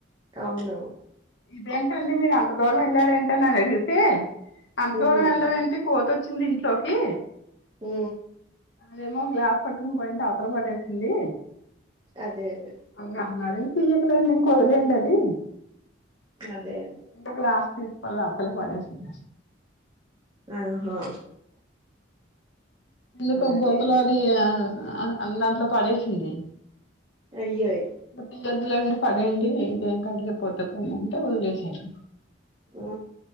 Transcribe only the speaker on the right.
టవునొ
ఉమ్
ఊ
అదే అదే
అదే అద్
అది హో
అదే
అయ్యోయ్
ఆ